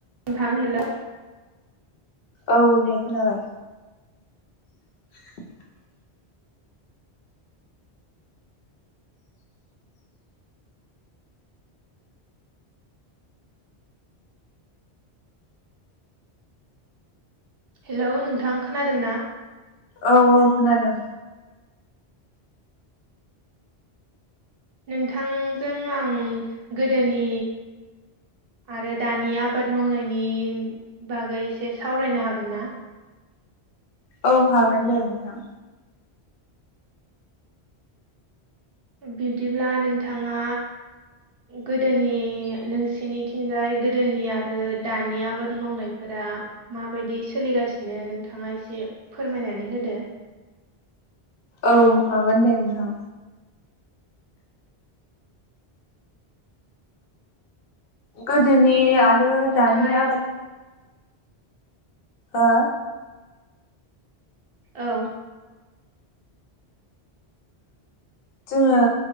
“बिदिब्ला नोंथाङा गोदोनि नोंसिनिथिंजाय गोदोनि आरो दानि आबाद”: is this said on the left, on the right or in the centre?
Right